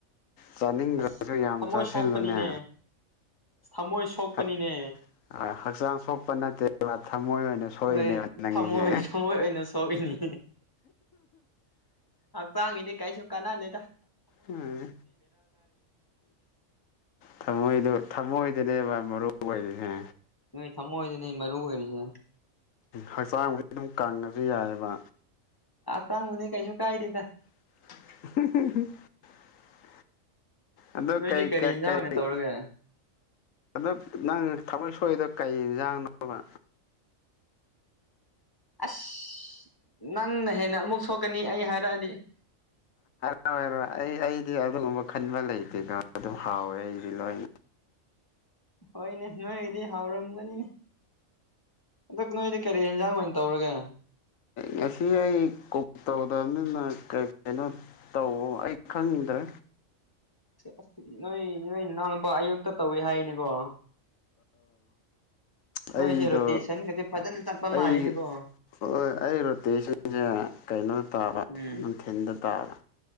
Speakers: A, on the left; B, on the left.
A: ꯆꯥꯅꯤꯡꯗ꯭ꯔꯁꯨ
B: ꯑꯁ
A: ꯌꯥꯝ
B: ꯊꯃꯣꯏ
A: ꯆꯥꯁꯤꯜꯂꯨꯅꯦ
B: ꯁꯣꯛꯄꯅꯤꯅꯦ ꯊꯃꯣꯏ ꯁꯣꯛꯄꯅꯤꯅꯦ
A: ꯑꯁ ꯍꯛꯆꯥꯡ ꯁꯣꯛꯄ ꯅꯠꯇꯦ ꯃꯣꯏ ꯑꯣꯏꯅ ꯁꯣꯏꯏꯅꯦꯕ
B: ꯍꯣꯏ
A: ꯅꯪꯒꯤꯁꯦ
B: ꯊꯃꯣꯏ ꯊꯃꯣꯏ ꯑꯣꯏꯅ ꯁꯣꯛꯏꯅꯤ ꯍꯥꯎ ꯆꯥꯡꯉ ꯏꯗꯤꯦ ꯀꯩꯁꯨ ꯀꯅꯥꯗꯦ
A: ꯎꯝ ꯊꯝꯃꯣꯏꯗ ꯊꯝꯃꯣꯏ ꯅꯦꯕ ꯃꯔꯨ ꯑꯣꯏꯁꯦ
B: ꯅꯣꯏ ꯊꯝꯃꯣꯑꯣꯣꯏ ꯅ ꯃꯔ ꯑꯣꯏꯁ
A: ꯍꯛꯆꯥꯡꯕꯨꯗꯤ ꯑꯗꯨꯝ ꯀꯪꯉꯁꯨ ꯌꯥꯏꯑꯕ
B: ꯆꯥꯡꯅꯤ ꯀꯩꯁꯨ ꯀꯥꯏꯔꯤꯗ
A: <inaudible> ꯑꯗꯣ
B: ꯅꯣꯏꯗꯤ
A: ꯀꯩ
B: ꯀꯔꯤ
A: ꯀ
B: ꯌꯦꯟꯖꯥꯡ
A: ꯀꯩ
B: ꯑꯣꯏꯅ ꯇꯧꯔꯒꯦ
A: ꯑꯗ ꯅꯪ ꯊꯃꯣꯏ ꯁꯣꯏꯗ ꯀꯩ ꯌꯦꯟꯖꯥꯡꯅꯣꯕ
B: ꯑꯁ ꯅꯪꯅ ꯍꯦꯟꯅ ꯑꯃꯨꯛ ꯁꯣꯛꯀꯅꯤ ꯑꯩ ꯍꯥꯏꯔꯛꯑꯗꯤ
A: ꯔꯔ ꯑꯩ ꯑꯩꯗꯤ ꯑꯗꯨꯒꯨꯝꯕ ꯈꯟꯕ ꯂꯩꯇꯦꯗ ꯑꯗꯨꯝ ꯍꯥꯎꯋꯦ ꯑꯩꯁꯦ ꯂꯣꯏ
B: ꯍꯣꯏꯅꯦ ꯅꯣꯏꯒꯤꯗꯤ ꯍꯥꯎꯔꯝꯒꯅꯤꯅꯦ ꯍꯟꯗꯛ ꯅꯣꯏꯗꯤ ꯀꯔꯤ ꯌꯦꯟꯖꯥꯡ ꯑꯣꯏꯅ ꯇꯧꯔꯒꯦ
A: ꯉꯁꯤ ꯑꯩ ꯀ ꯇꯧꯗꯕꯅꯤꯅ ꯀꯔꯤ ꯀꯩꯅꯣ ꯇꯧ ꯑꯩ ꯈꯪꯗ꯭ꯔꯦ
B: ꯑꯁ ꯅꯣꯏ ꯅꯣꯏ ꯏꯅꯥꯎꯅꯨꯄꯥ ꯑꯌꯨꯛꯇ ꯇꯧꯏꯤ ꯍꯥꯏꯅꯤꯀꯣ ꯁ
A: ꯑꯩꯗꯣ
B: ꯅꯣꯏꯁꯤꯔꯣ ꯇꯦꯁꯟꯒꯁ ꯐꯖꯅ ꯆꯞꯄ
A: ꯑꯩ
B: ꯃꯥꯜꯂꯤꯅꯤꯀꯣ
A: ꯍꯣꯏ ꯑꯩ ꯔꯣꯇꯦꯁꯟꯁꯦ ꯀꯩꯅꯣꯗ ꯇꯥꯕ
B: ꯎꯝ
A: ꯅꯨꯡꯊꯤꯤꯟꯗ ꯇꯥꯕ